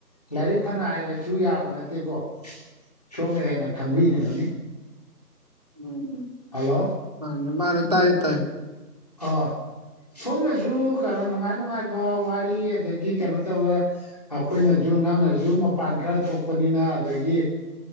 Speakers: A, on the left; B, on the right.
A: ꯂꯥꯏꯔꯤꯛ ꯐꯅ ꯍꯩꯔꯁꯨ ꯌꯥꯕ ꯅꯠꯇꯦꯀꯣ ꯁꯣꯝꯅ ꯍꯦꯟꯅ ꯈꯪꯕꯤꯝꯃꯅꯤ
B: ꯎꯝ
A: ꯍꯜꯂꯣ
B: ꯃꯥ ꯃꯥꯅꯦ ꯇꯥꯏꯌꯦ ꯇꯥꯏ
A: ꯍ ꯁꯣꯝꯅꯁꯨ ꯀꯩꯅꯣ ꯅꯨꯡꯉꯥꯏ ꯅꯨꯡꯉꯥꯏꯕ ꯋꯥꯔꯤ ꯑꯗꯒꯤ ꯀꯩꯅꯣ ꯇꯧꯔ ꯑꯩꯈꯣꯏꯅꯁꯨ ꯅꯪꯅꯁꯨ ꯃꯄꯥꯟ ꯈꯔ ꯊꯣꯛꯄꯅꯤꯅ ꯑꯗꯒꯤ